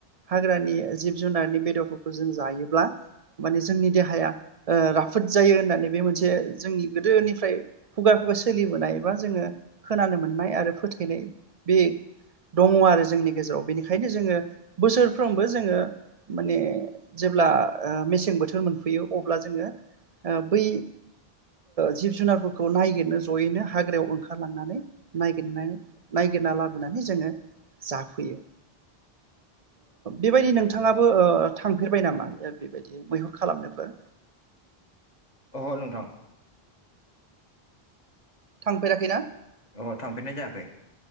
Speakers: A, on the right (about 45°); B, on the left (about 40°).
A: हाग्रानि जिब जुनारनि बेदरफोरखौ जों जायोब्ला माने जोंनि देहाया राफोद जायो होननानै बे मोनसे जोंनि गोदोनि फ्राय खुगा खुगा सोलिबोनाय बा जोङो खोनानो मोननाय आरो फोथाइनाय बे दङ आरो, जोंनि गेजेराव बेनिखायनो जोङो बोसोरफ्रोमबो जोङो माने जेब्ला मेसें बोथोर मोनफैयो अब्ला जोङो बै जिब जुनारफोरखौ नायगिरनो ज'यैनो हाग्रायाव ओंखारलांनानै नायगिरना लाबोनानै जोङो जाफैयो। बेबायदि नोंथाङा बो थांफेरबाय नामा बेबायदि मैहुर खालामनोफोर?
B: अह नोंथां।
A: थांफेराखैना?
B: अ थांफेरनाय जायाखै।